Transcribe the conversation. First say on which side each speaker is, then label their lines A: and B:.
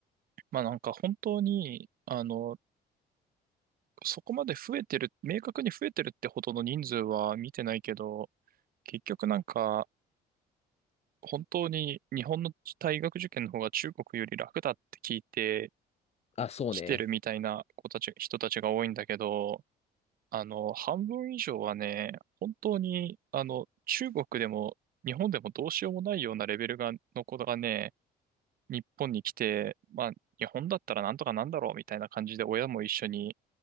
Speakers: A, on the right (about 60°); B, on the left (about 40°).
A: まあなんか本当に、あの、そこまで増えてる、明確に増えてるってほどの人数は見てないけど、結局なんか、本当に日本の大学受験の方が中国より楽だって聞いて、
B: あ、そうね。
A: 来てるみたいな子たち、人たちが多いんだけど、あの、半分以上はね、本当に、あの、中国でも日本でもどうしようもないようなレベルが、の子がね、日本に来て、まあ、日本だったらなんとかなんだろうみたいな感じで親も一緒に